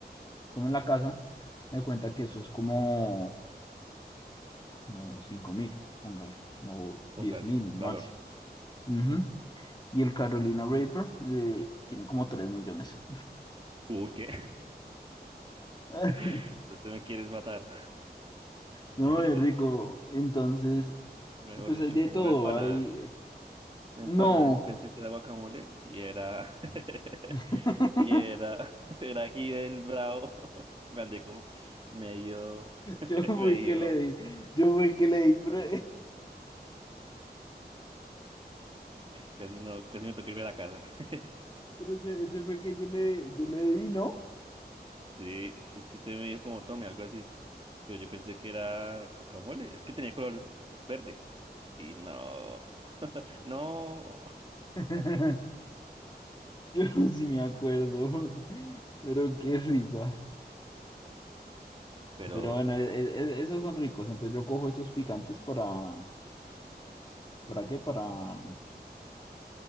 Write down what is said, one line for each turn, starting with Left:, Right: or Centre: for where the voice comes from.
Left: como en la casa, me cuenta que eso es como. como cinco mil, póngale, o
Right: póngale,
Left: diez mil
Right: valor.
Left: máximo. Ujú. Y el Carolina Reaper eh, tiene como 3 millones.
Right: Uy, ¿qué?
Left: <laughs>
Right: <laughs> Usted me quieres matar.
Left: No,
Right: <laughs>
Left: es rico. Entonces,
Right: Mejor
Left: pues
Right: dicho,
Left: hay de
Right: como
Left: todo.
Right: una empanada.
Left: Hay.
Right: Una
Left: No.
Right: empanada que pensé que era guacamole y era. <laughs>
Left: <laughs>
Right: Y era. Era ají del bravo. <laughs> Me andé como medio. <laughs>
Left: Yo fui
Right: Medio
Left: que le
Right: como.
Left: di. Yo fui que le di, pero.
Right: Casi no, casi me tocó irme a la casa. <laughs>
Left: Pero ese, ese fue que yo le, yo le di, ¿no?
Right: Sí, es que usted me dijo como tome, algo así. Pero yo pensé que era guacamole. Es que tenía color verde. Y no. <laughs> No.
Left: <laughs> Yo sí me acuerdo. Pero qué risa.
Right: Pero
Left: Pero bueno, e- e- e- esos son ricos. Entonces yo cojo esos picantes para, ¿para qué? Para mm,